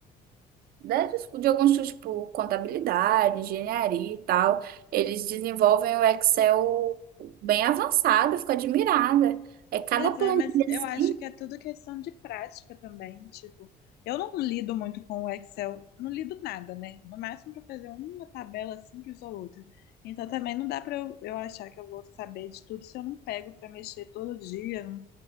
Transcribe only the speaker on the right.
da, de alguns, cursos, tipo, contabilidade, engenharia e tal, eles desenvolvem o Excel bem avançado, eu fico admirada. É cada
planilha,
assim,